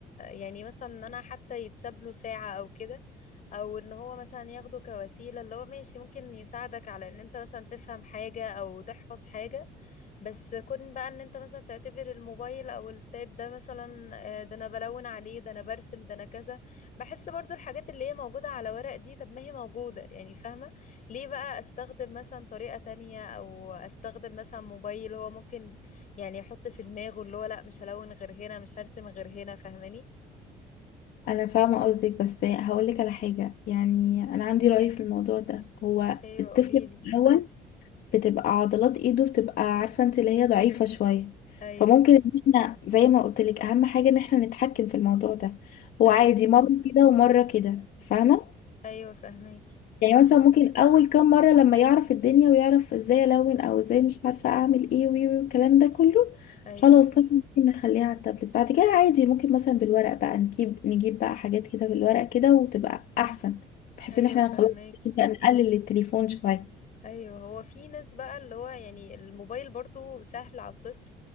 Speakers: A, on the left (about 50°); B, on the left (about 65°).
A: يعني مثلا إن أنا حتى يتساب له ساعة أو كده او ان هو مثلا ياخده كوسيله اللي هو ماشي ممكن يساعدك على ان انت مثلا تفهم حاجه او تحفظ حاجه بس كون بقى ان انت مثلا تعتبر الموبايل او التاب ده مثلا آه، ده انا بلون عليه ده انا برسم ده انا كذا بحس برضو الحاجات اللي هي موجوده على ورق دي طب ما هي موجوده يعني فاهمه ليه بقى استخدم مثلا طريقه تانية او استخدم مثلا موبايل هو ممكن يعني يحط في دماغه اللي هو لا مش هلون غير هنا مش هرسم غير هنا فاهماني
B: انا فاهمه قصدك بس هقول لك على حاجه يعني انا عندي راي في الموضوع ده هو
A: ايوه
B: الطفل
A: قوليلي
B: الاول بتبقى عضلات ايده بتبقى عارفة انت اللي هي ضعيفة شوية
A: ايوه
B: فممكن ان احنا زي ما قلت لك اهم حاجة ان احنا نتحكم في الموضوع ده هو
A: ايوه
B: عادي مرة كده ومرة كده فاهمة
A: ايوه فهماكي
B: يعني مثلا ممكن اول كام مرة لما يعرف الدنيا ويعرف ازاي الون او ازاي مش عارفة اعمل ايه وي وي والكلام ده كله
A: ايوه
B: خلاص مثلا ممكن نخليها على التابلت بعد كده عادي ممكن مثلا بالورق بقى نجيب نجيب بقى حاجات كده بالورق كده وتبقى احسن بحيث
A: ايوه
B: ان احنا
A: فهماكي
B: خلاص نقلل التليفون شوية
A: ايوه هو في ناس بقى اللي هو يعني الموبايل برضو سهل على الطفل